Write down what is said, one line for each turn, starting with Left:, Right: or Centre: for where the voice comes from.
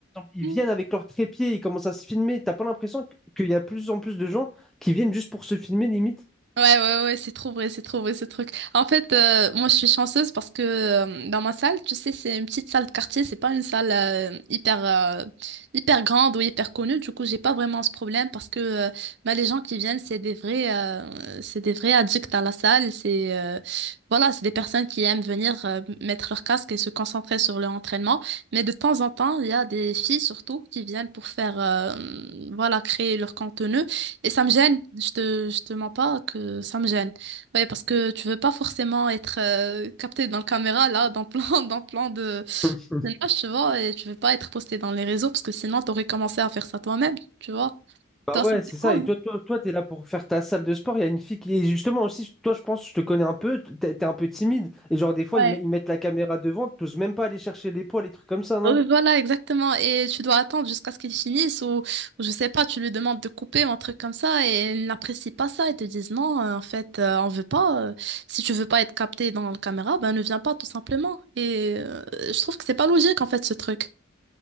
Centre: Ils
Right: oui.
Centre: viennent avec leur trépied, ils commencent à se filmer. T'as pas l'impression que- qu'il y a de plus en plus de gens qui viennent juste pour se filmer, limite?
Right: Ouais, ouais, ouais, c'est trop vrai, c'est trop vrai ce truc. En fait, euh, moi je suis chanceuse parce que euh, dans ma salle, tu sais, c'est une petite salle de quartier, c'est pas une salle euh, hyper euh, hyper grande ou hyper connue. Du coup, j'ai pas vraiment ce problème parce que euh, bah, les gens qui viennent, c'est des vrais euh, c'est des vrais addicts à la salle, c'est euh, voilà, c'est des personnes qui aiment venir euh, mettre leur casque et se concentrer sur leur entraînement. Mais de temps en temps, il y a des filles surtout qui viennent pour faire euh, voilà, créer leur contenu. Et ça me gêne, je te, je te mens pas que ça me gêne. Ouais, parce que tu veux pas forcément être euh, capté dans la caméra, là, dans plan, <laughs> dans plan de
Centre: <laughs>
Right: personnage, tu vois, et tu veux pas être posté dans les réseaux, parce que sinon t'aurais commencé à faire ça toi-même, tu vois.
Centre: Bah
Right: Toi,
Centre: ouais,
Right: ça te
Centre: c'est
Right: dérange?
Centre: ça. Et toi, toi, toi, t'es là pour faire ta salle de sport. Il y a une fille qui est justement aussi. Toi, je pense, je te connais un peu. T'es t'es un peu timide. Et genre, des fois,
Right: non?
Centre: ils, met- ils mettent la caméra devant. T'oses même pas aller chercher les poids, les trucs comme ça, non?
Right: Euh, Voilà, exactement. Et tu dois attendre jusqu'à ce qu'ils finissent ou, ou je sais pas, tu lui demandes de couper ou un truc comme ça et ils n'apprécient pas ça. Ils te disent non, euh, en fait, euh, on veut pas. euh, si tu veux pas être capté dans la caméra, ben ne viens pas tout simplement. Et euh, je trouve que c'est pas logique en fait ce truc.